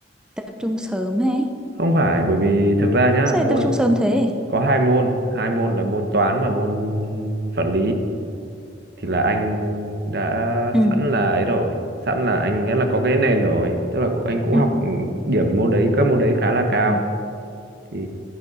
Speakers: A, in the centre; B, on the right.
A: tập trung sớm ấy
B: không phải bởi vì thực ra nhá
A: sao lại
B: môn
A: tập trung sớm thế
B: có hai môn hai môn là môn toán và môn vật lý thì là anh đã
A: ừ
B: sẵn là ấy rồi sẵn là anh nghĩa là có cái nền rồi tức là cũng- anh cũng
A: ừ
B: học ừ, điểm môn đấy các môn đấy khá là cao
A: ừ
B: thì